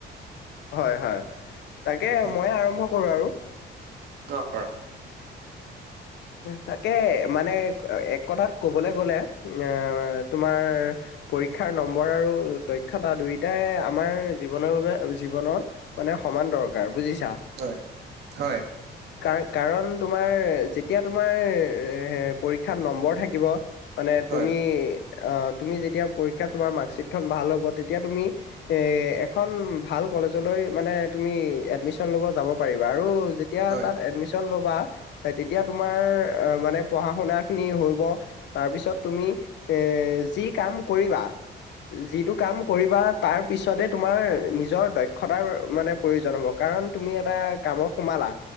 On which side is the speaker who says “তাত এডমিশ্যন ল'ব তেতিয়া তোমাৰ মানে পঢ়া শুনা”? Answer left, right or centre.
Left